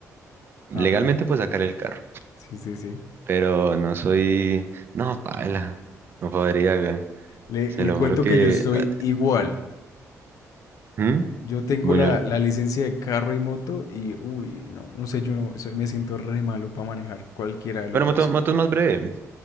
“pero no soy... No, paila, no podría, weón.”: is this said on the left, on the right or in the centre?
Right